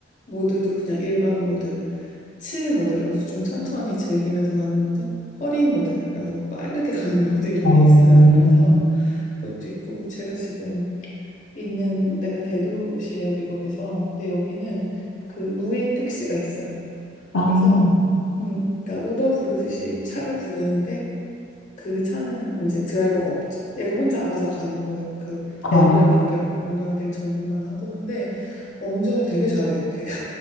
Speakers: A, on the left; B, on the left.
A: 모드도 그냥 일반 모드, 칠 모드라서 좀 천천히 즐기면서 가는 모드, 허리 모드, 그래서 막 빠르게 <laughs> 가는 모드 이런
B: 어,
A: 게
B: 음.
A: 있어요. 그래서 그것도 있고 제가 지금 있는 데가 대도시예요, 미국에서. 근데 여기는 그 무인 택시가 있어요.
B: 어,
A: 그래서 음, 그러니까 우버 부르듯이 차를 부르는데 그 차는 이제 드라이버가 없죠. 얘가 혼자 알아서 가는 거예요. 그
B: 어.
A: 앱이랑 연결, 연결될 정보만 하고. 근데 운전을 되게 잘해요, 걔가.